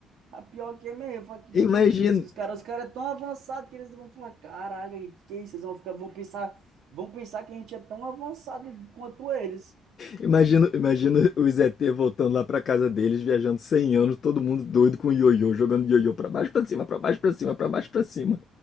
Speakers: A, on the right (about 80°); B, on the left (about 45°).
A: A pior que é mesmo, eu falo, que
B: Imagina,
A: diacho é esse? Que os caras, os caras é tão avançados que eles vão falar, caraca, que que é isso? Eles vão ficar, vão pensar, vão pensar que a gente é tão avançado quanto eles.
B: imagina, imagina os ET voltando lá pra casa deles, viajando 100 anos, todo mundo doido com o ioiô, jogando ioiô pra baixo, pra cima, pra baixo, pra cima, pra baixo, pra cima.